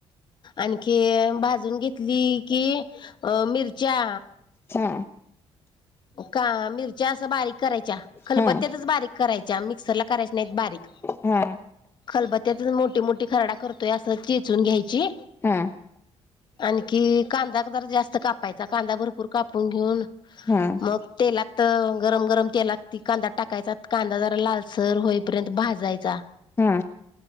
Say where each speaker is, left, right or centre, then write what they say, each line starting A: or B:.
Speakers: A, on the left (about 45°); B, on the left (about 20°).
A: आणखी भाजून घेतली की. अ मिरच्या.
B: हा
A: का मिरच्या अस बारीक करायच्या खलबत्त्यातच
B: हा
A: बारीक करायच्या मिक्सरला. करायच नाही बारीक
B: हा
A: खलबत्यातच मोठी मोठी खर्डा त असं चेचून घ्यायची.
B: हा
A: आणखी कांदा जर जास्त कापायचा कांदा भरपूर कापून घेऊन.
B: हा
A: मग तेलात तर गरम गरम तेलात त कांदा टाकायचा, कांदा जरा लालसर होईपर्यंत भाजायचा.
B: हा